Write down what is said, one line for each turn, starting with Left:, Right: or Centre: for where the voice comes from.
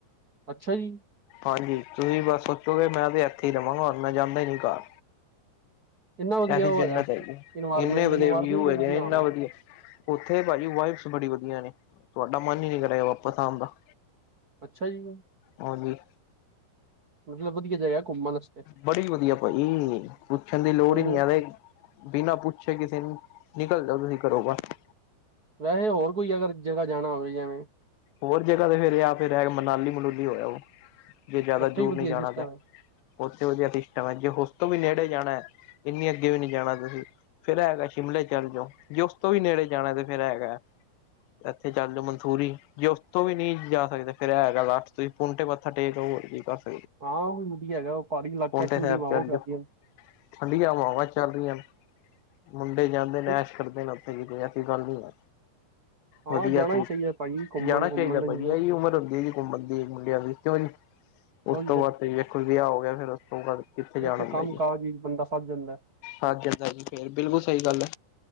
Right: ਅੱਛਾ ਜੀ।
Left: ਹਾਂਜੀ, ਤੁਸੀਂ ਬਸ ਸੋਚੋਗੇ, ਮੈਂ ਤਾਂ ਇੱਥੇ ਹੀ ਰਵਾਂਗਾ ਮੈਂ ਜਾਂਦਾ ਹੀ ਨੀ ਘਰ।
Right: ਇੰਨਾ ਵਧੀਆ
Left: ਐਸੀ
Right: ਉਹ
Left: ਜੰਨਤ
Right: ਹੈਗਾ
Left: ਹੈਗੀ!
Right: ਇਨਵਾਇਰਮੈਂਟ
Left: ਇੰਨੇ ਵਧੀਆ
Right: ਇਨਵਾਇਰਮੈਂਟ
Left: ਵਿਊ
Right: ਵੀ
Left: ਹੈਗੇ, ਇੰਨਾ
Right: ਹੋਣਾ
Left: ਵਧੀਆ! ਉੱਥੇ, ਭਾਜੀ, ਵਾਈਬਜ਼ ਬੜੀਆਂ ਵਧੀਆ ਨੇ। ਤੁਹਾਡਾ ਮਨ ਹੀ ਨਹੀਂ ਕਰੇਗਾ ਵਾਪਸ ਆਉਣ ਦਾ।
Right: ਅੱਛਾ ਜੀ,
Left: ਹਾਂਜੀ
Right: ਮਤਲਬ ਵਧੀਆ ਜਗ੍ਹਾ ਘੁੰਮਣ ਆਸਤੇ।
Left: ਬੜੀ ਵਧੀਆ ਭਾਜੀ ਪੁੱਛਣ ਦੀ ਲੋੜ
Right: ਕੋਈ
Left: ਹੀ ਨਹੀਂ
Right: ਨੀ
Left: ਐਵੇ। ਬਿਨਾਂ ਪੁੱਛੇ ਕਿਸੇ ਨੂੰ ਨਿਕਲ ਜਾਓ, ਤੁਸੀਂ ਘਰੋ ਬਾਹਰ?
Right: ਵੈਸੇ, ਹੋਰ ਕੋਈ ਅਗਰ ਜਗ੍ਹਾ ਜਾਣਾ ਹੋਵੇ, ਐੰਵੇੰ।
Left: ਹੋਰ ਜਗ੍ਹਾ ਤੇ ਫਿਰ ਜਾ ਫਿਰ ਮਨਾਲੀ ਮਨੂਲੀ ਹੋ ਆਉ ਜੇ ਜ਼ਿਆਦਾ
Right: ਉੱਥੇ
Left: ਦੂਰ
Right: ਹੀ ਵਧੀਆ
Left: ਨਹੀਂ ਜਾਣਾ
Right: ਸਿਸਟਮ
Left: ਤੇ
Right: ਹੈ
Left: ਉਥੇ ਵਧੀਆ ਸਿਸਟਮ ਹੈ ਜੇ ਉਸ ਤੋਂ ਵੀ ਨੇੜੇ ਜਾਣਾ ਹੈ ਇੰਨੀ ਅੱਗੇ ਵੀ ਨਹੀਂ ਜਾਣਾ ਤੁਸੀਂ। ਫੇਰ ਐ ਹੈਗਾ ਸ਼ਿਮਲੇ ਚੱਲ ਜਾਓ ਜੇ ਉਸ ਤੋ ਵੀ ਨੇੜੇ ਜਾਣਾ ਤੇ ਫਿਰ ਐ ਹੈਗਾ। ਇੱਥੇ ਚੱਲ ਜਾਓ ਮਨਸੂਰੀ। ਜੇ ਉਸ ਤੋ ਵੀ ਨਹੀਂ ਜਾ ਸਕਦੇ ਫੇਰ ਐ ਹੈਗਾ ਲਾਸਟ ਤੁਸੀਂ ਪੋੰਟੇ ਮੱਥਾ ਟੇਕ ਆੳ ਹੋ ਕੀ ਬਸ।
Right: ਹਾਂ ਉਹ ਵੀ ਵਧੀਆ ਹੈਗਾ ਉਹ ਪਹਾੜੀ ਇਲਾਕਾ
Left: ਪੋਂਟੇ
Right: ਠੰਡੀ
Left: ਸਾਹਿਬ
Right: ਹਵਾਵਾਂ
Left: ਚੱਲ
Right: ਚੱਲਦੀਆ।
Left: ਜਾਓ ਠੰਡੀਆਂ ਹਵਾਵਾਂ ਚੱਲ ਰਹੀਆਂ ਮੁੰਡੇ ਜਾਂਦੇ
Right: ਹੈ
Left: ਨੇ ਐਸ਼ ਕਰਦੇ ਨੇ। ਫਿਰ ਵੀ ਕੋਈ ਐਸੀ ਗੱਲ ਨਹੀਂ ਹੈ।
Right: ਹਾਂ
Left: ਵਧੀਆ
Right: ਜਾਣਾ
Left: ਤਰੀਕੇ
Right: ਵੀ ਚਾਹੀਦਾ। ਭਾਜੀ ਘੁੰਮਣ
Left: ਜਾਣਾ ਚਾਹੀਦਾ
Right: ਘੁੰਮਣ ਦਾ ਜੀਵਨ
Left: ਭਾਜੀ ਇਹੀ ਉਮਰ ਹੁੰਦੀ ਜੀ ਘੁੰਮਣ ਦੀ ਮੁੰਡਿਆਂ ਦੀ ਕਿਉਂ ਜੀ।
Right: ਉਹੀ
Left: ਉਸ ਤੋਂ
Right: ਤੇ
Left: ਬਾਅਦ ਵੇਖੋ ਵਿਆਹ ਹੋ ਗਿਆ ਫਿਰ ਉਸ ਤੋਂ ਬਾਅਦ ਕਿੱਥੇ
Right: ਫਿਰ
Left: ਜਾਣਾ
Right: ਤੇ
Left: ਹੁੰਦਾ
Right: ਕੰਮ
Left: ਜੀ।
Right: ਕਾਜ ਹੀ ਬੰਦਾ ਫਸ ਜਾਂਦਾ ਹੈ।
Left: ਹਾਂਜੀ ਹਜੀ ਫੇਰ ਬਿਲਕੁਲ ਸਹੀ ਗੱਲ ਹੈ।